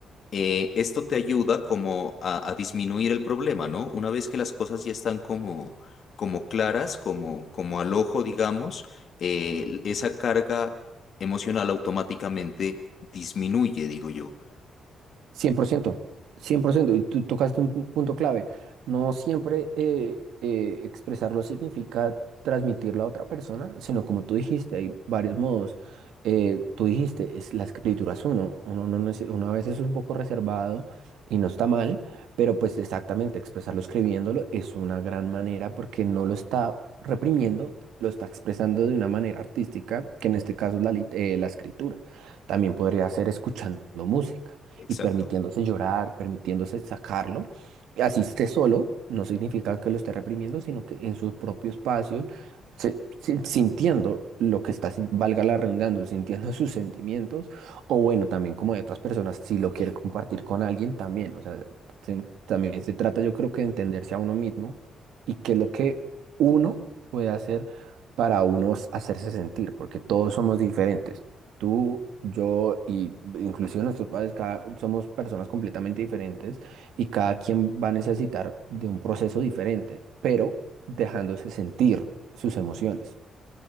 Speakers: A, on the left; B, on the right.
A: eh, esto te ayuda como a, a disminuir el problema, ¿no? Una vez que las cosas ya están como, como claras, como, como al ojo, digamos, eh, esa carga emocional automáticamente disminuye, digo yo.
B: cien cien por ciento, cien por ciento y tú tocaste un pu- punto clave. No siempre eh, eh, expresarlo significa transmitirlo a otra persona, sino como tú dijiste, hay varios modos. Eh, tú dijiste, es, la escritura es uno, uno, no, nece- uno a veces es un poco reservado y no está mal, pero pues exactamente, expresarlo escribiéndolo es una gran manera porque no lo está reprimiendo, lo está expresando de una manera artística, que en este caso es la lit- eh, la escritura. También podría ser escuchando música
A: Exacto.
B: y permitiéndose llorar, permitiéndose sacarlo. Y Así esté solo, no significa que lo esté reprimiendo, sino que en su propio espacio, se- si- sintiendo lo que está, sin- valga la redundancia, sintiendo sus sentimientos, o bueno, también como de otras personas, si lo quiere compartir con alguien, también, o sea, se- también se trata, yo creo que de entenderse a uno mismo y qué es lo que uno puede hacer para unos hacerse sentir, porque todos somos diferentes. Tú, yo y inclusive nuestros padres cada- somos personas completamente diferentes y cada quien va a necesitar de un proceso diferente, pero dejándose sentir sus emociones.